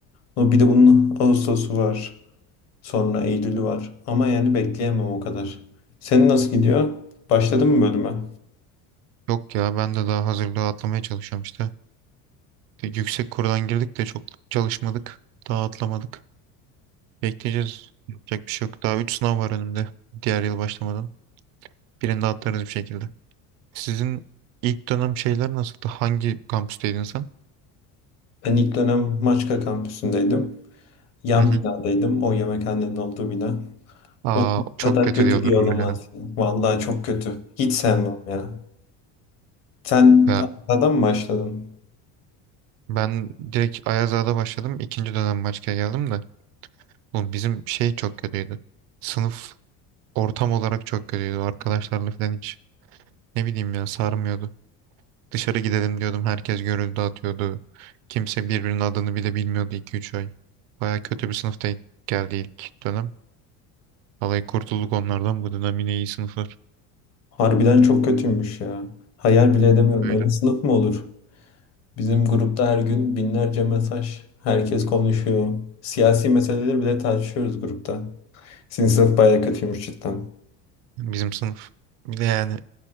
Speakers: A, on the left (about 45°); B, on the right (about 65°).
A: ama bir de bunun Ağustos'u var. Sonra Eylül'ü var. Ama yani bekleyemem o kadar. Senin nasıl gidiyor? Başladın mı bölüme?
B: Yok ya ben de daha hazırlığı atlamaya çalışıyorum işte. Bir Yüksek kurdan girdik de çok çalışmadık. Daha atlamadık. Bekleyeceğiz. Yapacak bir şey yok. Daha 3 sınav var önümde. Diğer yıl başlamadan. Birini de atlarız bir şekilde. Sizin ilk dönem şeyler nasıldı? Hangi kampüsteydin sen?
A: Ben ilk dönem Maçka kampüsündeydim. Yan
B: Hı hı.
A: binadaydım. O yemekhanenin olduğu bina.
B: Aa,
A: Oğlum bu
B: çok
A: kadar
B: kötü
A: kötü
B: diyorlar
A: bir yer
B: oraya.
A: olamaz. ya. Vallahi çok kötü. Hiç sevmem ya. Sen
B: Ya
A: adam mı başladın?
B: ben direkt Ayazağa'da başladım. İkinci dönem başka geldim de. Oğlum bizim şey çok kötüydü. Sınıf ortam olarak çok kötüydü. Arkadaşlarla falan hiç ne bileyim ya sarmıyordu. Dışarı gidelim diyordum. Herkes görüldü dağıtıyordu. Kimse birbirinin adını bile bilmiyordu iki üç ay. Baya kötü bir sınıfta geldi ilk dönem. Vallahi kurtulduk onlardan. Bu dönem yine iyi sınıflar.
A: Harbiden çok kötüymüş ya. Hayal bile edemiyorum.
B: Öyle.
A: Öyle sınıf mı olur? Bizim grupta her gün binlerce mesaj. Herkes konuşuyor. Siyasi meseleleri bile tartışıyoruz grupta. Sizin sınıf bayağı kötüymüş cidden.
B: Bizim sınıf. Bir de yani,